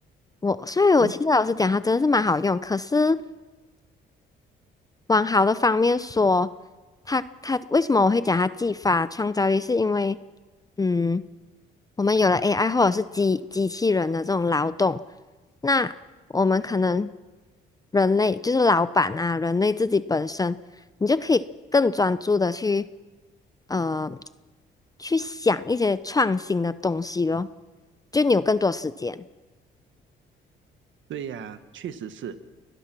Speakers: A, on the left (about 20°); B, on the right (about 75°).
A: 我，所以我其实老实讲，
B: 嗯，
A: 它真的是蛮好用。可是往好的方面说，他他为什么我会讲他技法创造力，是因为嗯，我们有了 AI 或者是机机器人的这种劳动，那我们可能人类就是老板啊，人类自己本身，你就可以更专注的去呃去想一些创新的东西咯，就你有更多时间。
B: 对呀、啊确实是。